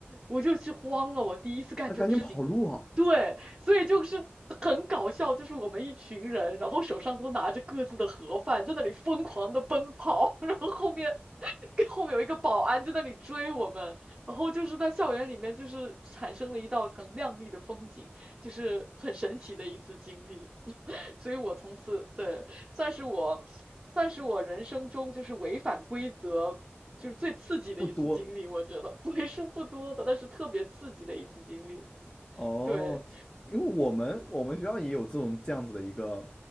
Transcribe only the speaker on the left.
那赶紧跑路啊，
不多，
哦，
因为我们我们学校也有这种这样子的一个